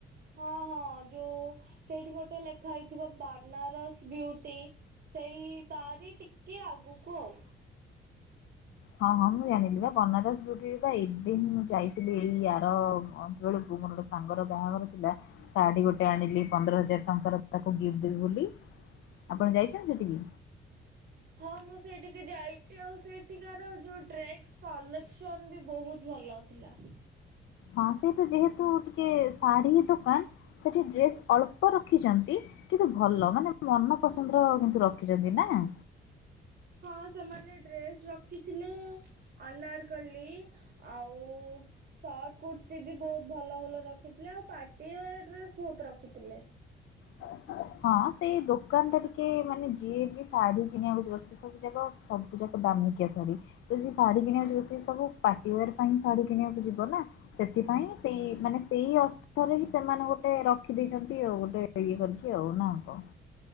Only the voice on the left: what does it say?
ହଁ ହଁ ମୁଁ ଜାଣିଲି ବା ବନାରସ ବ୍ୟୁଟି ବା ଏବେ ହିଁ ମୁଁ ଯାଇଥିଲି ଏଇ ଆର ମନ୍ଥ ସେତେବେଳକୁ ମୋର ଗୋଟେ ସାଙ୍ଗର ବାହାଘର ଥିଲା। ଶାଡୀ ଗୋଟେ ଆଣିଲି ପନ୍ଦର ହଜାର ଟଙ୍କାର ତାକୁ ଗିଫ୍ଟ ଦେବି ବୋଲି। ଆପଣ ଯାଇଚନ୍ତି ସେଟିକି?
ହଁ ସେଇଟା ଯେହେତୁ ଟିକେ ଶାଢୀ ଦୋକାନ ସେଠି ଡ୍ରେସ୍ ଅଳ୍ପ ରଖିଚନ୍ତି। କିତୁ ଭଲ ମାନେ ମନ ପସନ୍ଦର କିନ୍ତୁ ରଖିଚନ୍ତି ନା?
ହଁ। ହଁ ସେଇ ଦୋକାନଟା ଟିକେ ମାନେ ଯିଏ ବି ଶାଢୀ କିଣିଆକୁ ଯିବ ସେଠି ସବୁ ଯାକ ସବୁଯାକ ଦାମିକିଆ ଶାଢୀ। ତ ଯିଏ ଶାଢୀ କିଣିଆକୁ ଯିବ ସିଏ ସବୁ ପାର୍ଟି ଓୟାର୍ ପାଇଁ ଶାଢୀ କିଣିଆକୁ ଯିବ ନା? ସେଥିପାଇଁ ସେଇ ମାନେ ସେଇ ଅର୍ଥରେ ହିଁ ସେମାନେ ଗୋଟେ ରଖି ଦେଇଚନ୍ତି ଅଉ ଗୋଟେ ଇଏ କରି କରିକି ନା କଣ?